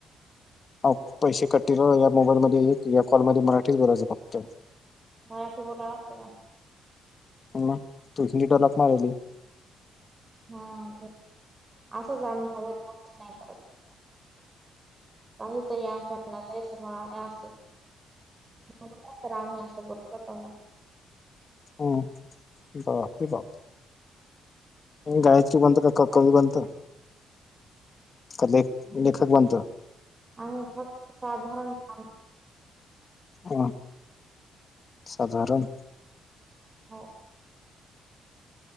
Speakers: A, on the left; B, on the right.
A: ऍप पैसे कट होतील, <unintelligible> मोबाईल मध्ये, रेकॉर्ड कॉलमध्ये मराठीच बोलायचं फक्त.
B: मराठी बोलावं लागत का?
A: ह्म तु <unintelligible> महिली.
B: हा, ते असंच आम्ही हवेत गोष्ट नाही करत. काहीतरी आमच्या नजरेसमोर आल असेल. म्हणून तर आम्ही असं बोलतो होतो मंग.
A: हम, बाप रे बाप. गायत्री बनत, का <unintelligible> बनत? का लेख लेखक बनत
B: आम्ही हक् साधारण <unintelligible> मा <unintelligible>
A: ह्म, साधारण?
B: हा.